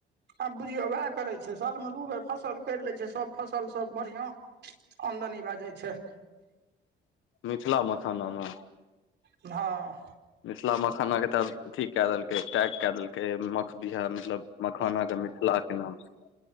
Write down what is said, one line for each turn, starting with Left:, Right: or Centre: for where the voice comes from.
Right: आब बुझियौ वएह करे छै साल में दू बेर फसल कर ले छै सब फसल सब बढ़िया आमदनी भए जाइ छै
Left: मिथिला मखाना मे
Right: हँ
Left: मिथिला मखाना के तब अथी कऽ देलकै टैग क देलकै मख बिहा मतलब मखाना के मिथिला के नाम सँ